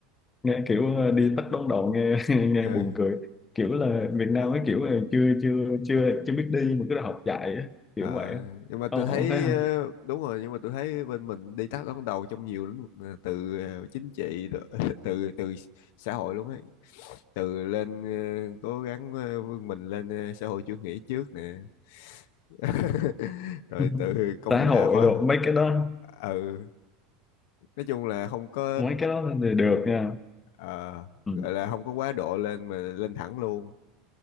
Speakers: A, on the left; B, on the left.
A: nghe kiểu ờ, đi tắt đón đầu nghe <laughs> nghe
B: ừ.
A: buồn cười kiểu là Việt Nam
B: ờ,
A: ấy kiểu là chưa chưa chưa chưa biết đi mà cứ đòi học chạy á, kiểu
B: Ờ,
A: vậy á.
B: nhưng mà
A: ông
B: tôi thấy
A: ông thấy không
B: ờ, đúng rồi nhưng mà tôi thấy bên mình đi tắt đón đầu trong nhiều lĩnh vực ờ, từ ờ, chính trị đ- <laughs> từ từ xã hội luôn ấy từ lên ờ, cố gắng ờ, vươn mình lên ờ, xã hội chủ nghĩa trước nè <laughs> rồi
A: Ừ. <laughs>
B: từ công
A: xã
B: nghệ
A: hội
B: khoa
A: đồ mấy cái đó
B: ừ nói chung là không có
A: mấy cái đó thì được nha
B: ờ,
A: ừ.
B: gọi là không có quá độ lên mà lên thẳng luôn